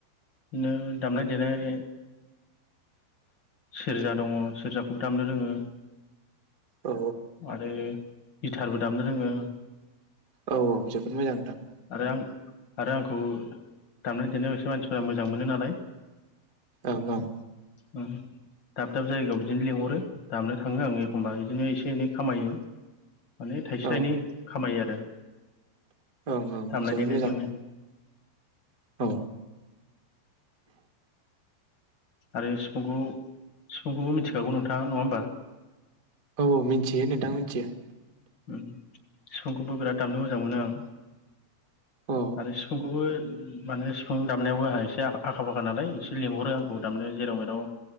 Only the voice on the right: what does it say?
औ
औ औ जोबोद मोजां नोंथां
ओं ओं
औ
ओं
जोबोद
मोजां औ
औ औ मिनथियो नोंथां मिनथियो
औ